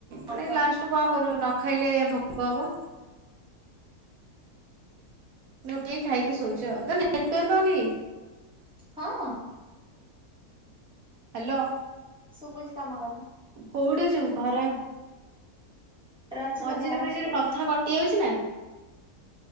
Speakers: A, in the centre; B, on the right.
A: ହଁ
B: ପୁଣି
A: ବା
B: ଲାଷ୍ଟକୁ କଣ କରିବୁ ନ ଖାଇଲେ ଭୋକ ହବ। ମୁଁ ଉଠିକି ଖାଇକି ଶୋଇଉଛି ଆଉ ତୋର ନେଟୱର୍କ ପାଉନି।
A: ହଁ।
B: ହ୍ୟାଲୋ।
A: <unintelligible> ହଁ ଭିତରେ
B: କୋଉଠି ଅଛୁ ଘରେ
A: ଅଛି
B: ମଝିରେ
A: ତ ଘର
B: ମଝିରେ
A: ଭିତରେ।
B: କଥା କଟି ଯାଉଛି ନା